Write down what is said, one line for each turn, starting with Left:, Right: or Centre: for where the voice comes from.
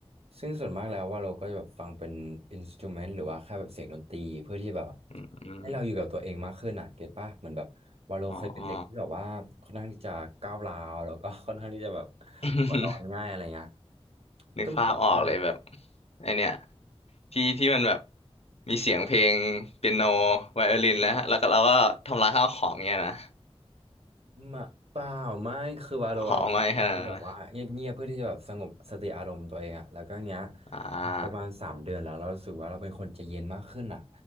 Right: ซึ่งส่วนมากแล้วว่าเราก็จะแบบฟังเป็นอินสตูเมนต์หรือว่าแค่แบบเสียงดนตรีเพื่อที่แบบ
Left: อืมอม
Right: ให้เราอยู่กับตัวเองมากขึ้นอ่ะเก็ตป่ะเหมือนแบบว่าเราเคยเป็นเด็กที่แบบว่าค่อนข้างที่จะก้าวร้าวแล้วก็ค่อนข้างที่จะแบบ
Left: อ๋อ <laughs> อ๋อ <laughs>
Right: หัวร้อนง่ายอะไรเงี้ย
Left: นึกภาพออกเลยแบบ
Right: ก็เหมือนว่า
Left: ไอเนี่ยที่ที่มันแบบมีเสียงเพลงเปียโนไวโอลินแล้วแล้วก็เราก็ทำลายข้าวของเนี่ยนะ
Right: มาเปล่าไม่คือวาโลอะฟังเป็นคที่แบบว่าเงียบๆเพื่อที่จะแบบสงบสติอารมณ์ตัวเองอะแล้วก็เนี้ย
Left: หอไม่ขนาดนั้นนะอ่า
Right: ประมาณสามเดือนแล้วเรารู้สึกว่าเราเป็นคนใจเย็นมากขึ้นอะ